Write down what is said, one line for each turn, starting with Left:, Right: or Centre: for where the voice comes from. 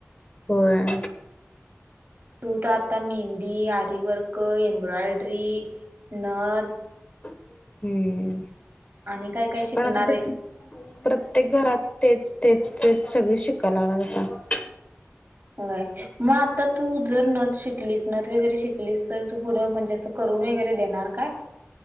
Left: होय.
Right: तू तर आता मेहंदी, आरी, वर्क, एम्ब्रॉयड्री, नथ
Left: हम्म
Right: आणि काय काय शिकणार
Left: पण आता
Right: आहेस?
Left: प्रत्येक घरात तेच तेच तेच सगळी शिकायला लागल्यात आता
Right: व्हय म आता तू जर नथ शिकलीस नथ वगैरे शिकलीस तर तू पुढं म्हणजे अस करून वगरे देणार काय?